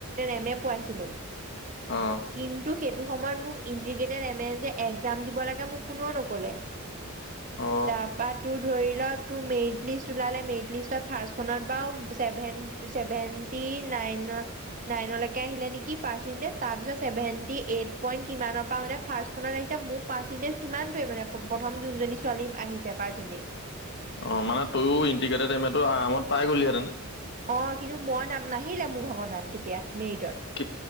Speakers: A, on the right; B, on the left.
A: এম এ পাইছিলো ।
B: অ
A: কিন্তু, সেইটো সময়ত মোক ইটিগ্ৰেটেৰ এম এ যে একজাম দিব লাগে, মোক কোননেও নক'লে ।
B: অ
A: তাৰপা তো ধৰি লওক, তো মেৰিট লিষ্ট ওলালে, মেৰিট লিষ্টত ফাৰ্ষ্ট খনত আও ছেভেন চেভেত্নি নাইনৰ, নাইনলৈকে আহিলে নেকি পাৰ্চেন্টেজ, তাৰপিছত চেভেণ্টি এইট পইন্ট কিমানপা মানে ফাৰ্ষ্টখনত আহিছে, মোৰ পাৰ্চেন্টেজ সিমানটোৱে মানে, প্ৰথম যোনজনি ছোৱালী আহিছে পাৰ্চেন্টেজ ।
B: অ মানে তইয়ও ইণ্টিগ্ৰেটেড এম এ টো আৰামত পাই গলিহেঁতেন?
A: অ । কিন্তু মই নাম নাহিলে মোৰ ভাগৰ নাম তেতিয়া মেৰিটত ।
B: কি